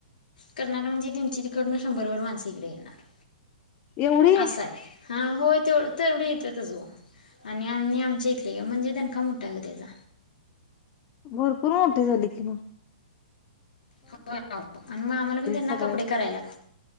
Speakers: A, on the left; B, on the left.
A: करणार म्हणजे त्यांची तिकन शंभरभर माणस हिकडं येणार
B: एवढी
A: असंय हां होय तेव तेवढी येते तज आणि आम्ही आमच्या इटली का म्हणजे त्यांनका मोठा आहे ग त्याचा
B: भरपूर मोठ झाली की म
A: हो आणि मग आम्हाला पण त्यांना
B: सगळ्याच
A: कपडे कराय लाग